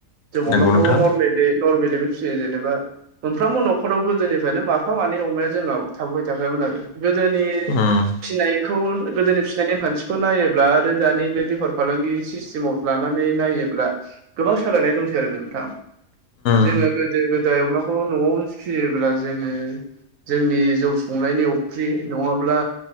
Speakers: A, on the right; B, on the left.
A: जों
B: नंगौ
A: अमाखौ
B: नोंथां
A: नरमेलै नरमेलिबो फियो जेनेबा मोनफ्रोमबो नखराव गोदोनिफ्रायनो माफा मानै अमाया जोंनाव थाबोबाय थाखायोमोन आरो गोदोनि
B: उम
A: फिनायखौ गोदोनि फिनाय नेमखान्थि खौ नायोब्ला आरो दानि बे बेफार फालांगि सिस्टेमाव लानानै नायोब्ला गोबां सोलायनाय दंसै आरो नोंथां जोङो
B: उम
A: गोदो गो दाय अमाखौ न'आवनो फियोब्ला जोङो जोंनि जौ संनायनि अफ्रि नङाब्ला